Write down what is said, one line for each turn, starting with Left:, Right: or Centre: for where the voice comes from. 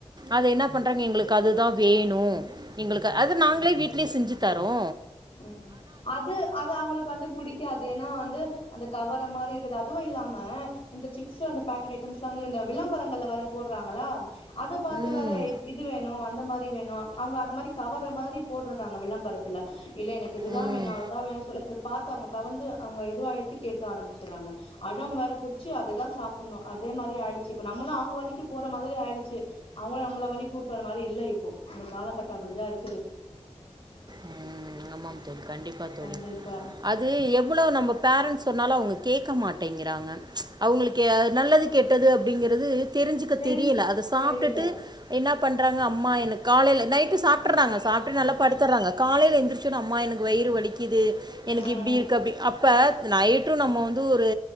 Right: அது என்ன பண்றாங்க எங்களுக்கு அதுதா வேணு எங்களுக்கு அது நாங்களே வீட்லே செஞ்சு தரோ
Left: ம் அது அது அவுங்களுக்கு வந்து புடிக் காது ஏனா வந்து அந்த கவற மாரி இருக்குது அதுவு இல்லாம இந்த சிப்ஸ்சு அந்த பேக்கெட் ஐட்டம்ஸ்ல்லா வந்து இந்த விளம்பரங்கள்ல வேற போட்றாங்களா அத பாத்து
Right: ம்
Left: வேற இது வேணு அந்த மார் ரி வேணு அவ்ங்க அந்த மாரி கவர மாரி போட்டுறாங்க விளம்பரத்துல இல்ல எனக்கு இதுதா
Right: ம்
Left: வேணு அதுதா வேணு சொல்லி அத பாத்து அவ்ங்க கவர்ந்து அவ்ங்க இதுவாயிட்டு கேட்க ஆரம்பிச்சுறாங்க அடம் வேற புடிச்சு அததா சாப்புட்ணு அதே மாரி ஆயிடுச்சு இப்ப நம்மளு அவுங்க வழிக்கு போற மாரி ஆயிடுச்சு அவங்கள நம்மள வழி கூட்டு வற மாரி இல்ல இப்போ இந்த காலகட்டொ அப்டிதா இருக்குது
Right: ம், ஆமாம் தோழி கண்டிப்பா தோழி
Left: கண்டிப்பா
Right: அது எவ்ளோ நம்ம பேரண்ட்ஸ் சொன்னாலு அவுங்க கேக்க மாட்டேங்கிறாங்க அவங்களுக்கு நல்லது கெட்டது அப்பிடிங்கிறது தெரிஞ்சுக்க
Left: தெரி
Right: தெரியல அத சாப்ட்டுட்டு
Left: தெரில
Right: என்ன பண்ணுறாங்க அம்மா எனக் காலையில நைட்டு சாப்டுறாங்க சாப்ட்டு நல்லா படுத்துறாங்க காலையில எந்திரிச்சது அம்மா எனக்கு வயிறு வலி கிது எனக்கு
Left: ம்
Right: இப்டி இருக்கு அப்டி அப்ப நைட்டு நம்ம வந்து ஒரு